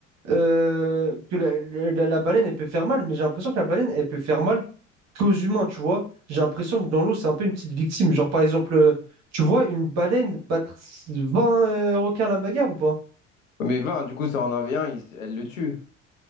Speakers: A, on the right (about 40°); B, on the left (about 80°).
A: euh, que la, la- la baleine, elle peut faire mal, mais j'ai l'impression que la baleine, elle peut faire mal qu'aux humains, tu vois. J'ai l'impression que dans l'eau, c'est un peu une petite victime. Genre, par exemple, euh, tu vois une baleine battre 20 euh, requins à la bagarre ou pas?
B: Mais 20, du coup, c'est en 1v1, il- elle le tue.